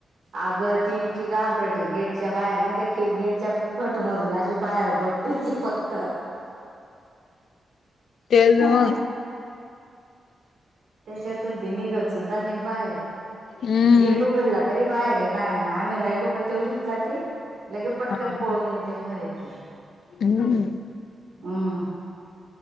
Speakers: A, on the right; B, on the left.
A: आग ती इतकी घाबरट आहे गेटच्या बाहेर नाही त्या गेटच्या फटमधून अशी बाहेर बघते फक्त
B: त्याज
A: हा
B: मग
A: त्याच्यातून ती निघत सुद्धा नाही बाहेर.
B: हम्म
A: गेट उघडला तरी बाहेर येना आणि आम्ही राहिलो का तेवढीच. जाते लगे पटकन
B: हा.
A: पळून येते मधेच.
B: हम्म
A: हम्म